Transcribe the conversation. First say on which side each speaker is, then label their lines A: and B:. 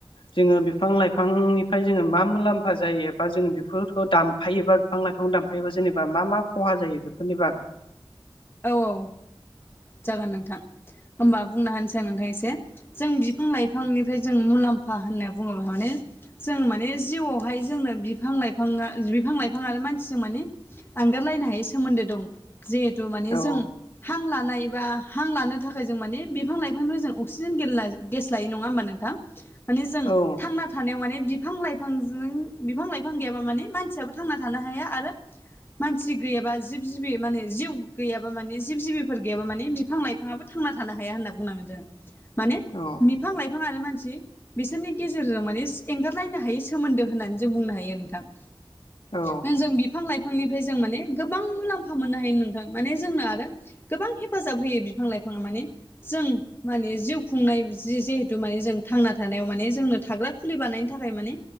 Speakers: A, on the left; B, on the left.
A: जोङो बिफां लाइफांनिफ्राय जोङो मा मुलाम्फा जायो बा जोङो बेफोरखौ दामफायोबा बिफां लाइफां दानफायोबो जेनेबा मा मा खहा जायो बेफोरनि बागै।
B: औ औ जागोन नोंथां होमबा बुंना होनोसै आं नोंथां एसे। जों बिफां लाइफांनिफ्राय जों मुलाम्फा होनना बुङोब्ला माने जों माने जिउआवहाय जोंनो बिफां लाइफाङा बिफां लाइफां आरो मानसिजों माने आगारलायनो हायै सोमोन्दो दं। जिहेथु माने
A: औ
B: जों हां लानाय बा हां लानो थाखाय जों माने बिफां लाइफांनो जों अक्सिजेन गेल गेस लायो नङा होमबा नोंथां? माने जों
A: औ
B: थांना थानायाव माने बिफां लाइफां बिफांजों बिफां लाइफां गैयाबा माने मानसियाबो थांना थानो हाया आरो मानसि गैयाबा जिब जिबि माने जिउ गैयाबा माने जिब जिबिफोर गैयाबा माने बिफां लाइफाङाबो थांना थानो हाया होनना बुंनांगोन जोङो माने
A: औ
B: बिफां लाइफाङानो मानसि बिसोरनि गेजेरजों माने एंगारलायनो हायो सोमोन्दो होननानै जों बुंनो हायो नोंथां।
A: औ
B: दा जों बिफां लाइफांनिफ्राय जों माने गोबां मुलाम्फा मोननो हायो नोंथां, माने जोंनो आरो गोबां हेफाजाब होयो बिफां लाइफाङा माने जों माने जिउ खुंनाय जि जिहेतु माने जों थांना थानायाव माने जोंनो थाग्रा खुलि बानायनो थाखाय माने